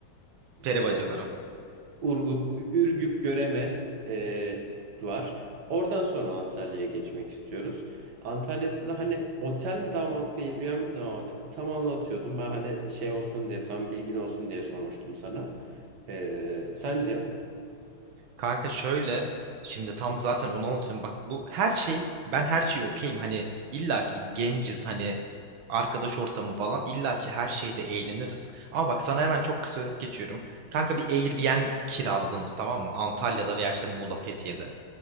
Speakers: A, on the right; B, on the right.
A: işte
B: Peri bacaları.
A: Urgup, Ürgüp, Göreme e, var. Oradan sonra Antalya'ya geçmek istiyoruz. Antalya'da da hani otel mi daha mantıklı, Airbnb mi daha mantıklı? Tam anlatıyordum. Ben hani şey olsun diye, tam bilgin olsun diye sormuştum sana. E, sence?
B: Kanka şöyle şimdi tam zaten onu anlatıyorum. Bak bu her şey ben her şeyi okeyim. Hani illaki genciz hani arkadaş ortamı falan illaki her şeyde eğleniriz. Ama bak sana hemen çok kısa özet geçiyorum. Kanka bir Airbnb kiraladınız tamam mı? Antalya'da veya işte Muğla, Fethiye'de.